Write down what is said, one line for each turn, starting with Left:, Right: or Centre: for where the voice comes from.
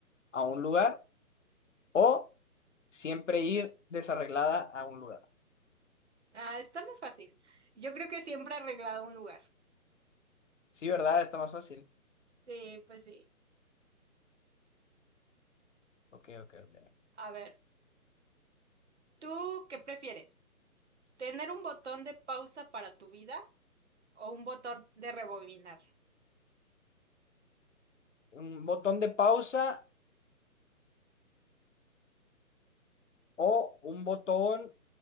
Left: a un lugar o siempre ir desarreglada a un lugar?
Right: Ah, está más fácil. Yo creo que siempre he arreglado un lugar.
Left: Sí, ¿verdad? Está más fácil.
Right: Sí, pues sí.
Left: Ok, ok, ok.
Right: A ver, ¿tú qué prefieres? ¿Tener un botón de pausa para tu vida o un botón de rebobinar?
Left: Un botón de pausa o un botón